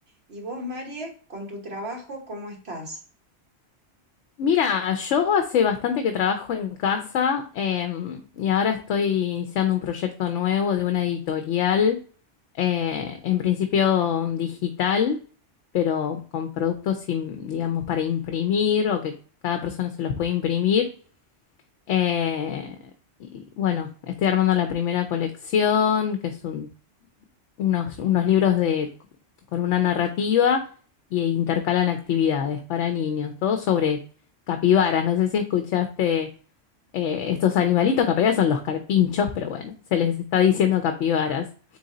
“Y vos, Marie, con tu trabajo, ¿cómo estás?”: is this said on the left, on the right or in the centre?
Right